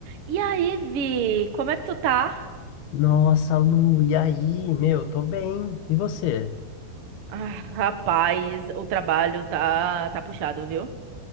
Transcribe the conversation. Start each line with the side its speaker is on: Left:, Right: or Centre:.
Right: E aí, Vi, como é que tu tá?
Left: Nossa, Lu, e aí? Meu, tô bem. E você?
Right: Ah, rapaz, o trabalho tá tá puxado, viu?